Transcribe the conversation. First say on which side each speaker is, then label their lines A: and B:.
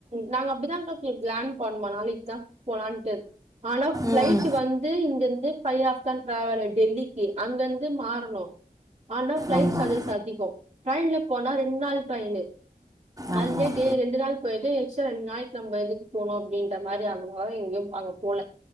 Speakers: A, on the right (about 40°); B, on the right (about 20°).
A: நாங்க அப்டிதாக <unintelligible> ஜாய்ன் பண்ணுவோ நாளைக்கி எக்ஸா போலான்டு ஆனா ப்ளைட்டு
B: ம்
A: வந்து இங்கிந்து ஃபை ஆப்தா ட்ரவலே டெல்லிக்கு அங்க இருந்து மாறணு ஆனா ப்ளைட்
B: ஆமாம்
A: சர்ஜஸ் அதிகோ ட்ரெய்ன்ல போனா ரெண்டு நாள் ட்ரைனு
B: ஆமாம்
A: அது தே டே ரெண்டு நாள் போய்ட்டு எக்ஸ்டா ரெண்டு நாளைக்கி நம்ம எதுக்கு போனு அப்டின்ற மாரி அங்க எங்கயு அங்க போல